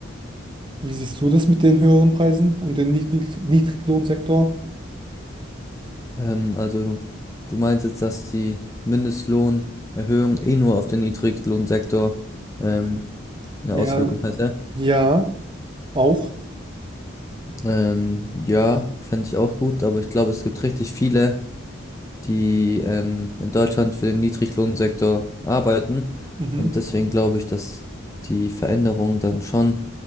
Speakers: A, on the right (about 25°); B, on the left (about 15°).
A: Wie siehst du das mit den höheren Preisen und dem Niedrig Niedriglohnsektor?
B: Ähm, also du meinst jetzt, dass die Mindestlohnerhöhung eh nur auf den Niedriglohnsektor ähm, eine
A: Ja,
B: Auswirkung hätte?
A: ja, auch.
B: Ähm, ja, fände ich auch gut, aber ich glaube, es gibt richtig viele, die ähm, in Deutschland für den Niedriglohnsektor arbeiten.
A: Mhm.
B: Und deswegen glaube ich, dass die Veränderung dann schon